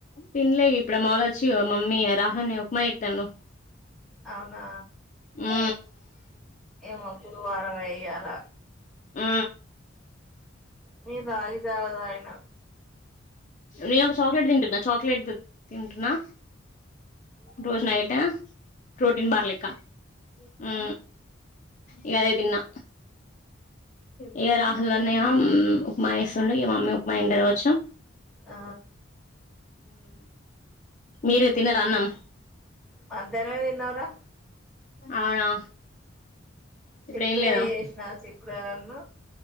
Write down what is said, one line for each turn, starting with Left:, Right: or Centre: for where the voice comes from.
Left: తినలే ఇప్పుడు మామలు వచ్చి మమ్మీ రాహని మా ఎతను
Centre: అవునా
Left: ఆ
Centre: ఏమో గురువారం వయ్యాల
Left: ఆ
Centre: నను బగి చదా ఆయన
Left: నేను ఒక చాక్లెట్ తింటున్నా చాక్లెట్ తింటున్నా రోజ నైట్ రోటీన్ బర్లేక్క ఉ ఇ అదేదిిన్నా ఇక రాహుల్ అన్నయ ఉప్మా ఇస్తుండే ఇక మమ్మీ ఉప్మా ఉంటే కావచ్చు
Centre: ఆ
Left: మీరే తిినరు అన్నం
Centre: మధ్యాహ్ం తిన్నవరా
Left: అవునా
Centre: చెక్కుడుగా
Left: ఇప్పుడు ఏం లేదా
Centre: చేేసిన చెక్కుడున్న